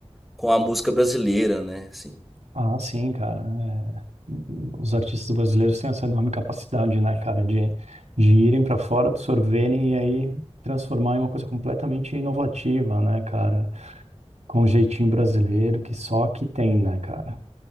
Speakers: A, in the centre; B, on the right.
A: com a música brasileira, né? Assim.
B: Ah, sim, cara. É, Os artistas brasileiros têm essa enorme capacidade, né, cara, de, de irem para fora, absorverem e aí transformar em uma coisa completamente inovativa, né, cara? Com um jeitinho brasileiro que só aqui tem, né, cara?